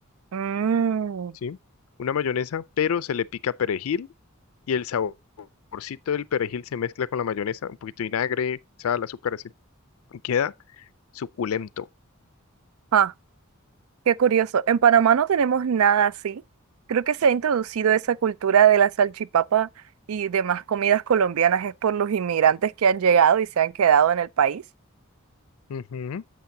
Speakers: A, on the right (about 75°); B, on the left (about 75°).
A: Mmm,
B: ¿sí? Una mayonesa, pero se le pica perejil y el saborcito del perejil se mezcla con la mayonesa, un poquito de vinagre, sal, azúcar, así. Y queda suculento.
A: ah, qué curioso. En Panamá no tenemos nada así. Creo que se ha introducido esa cultura de la salchipapa y demás comidas colombianas es por los inmigrantes que han llegado y se han quedado en el país.
B: Ujú.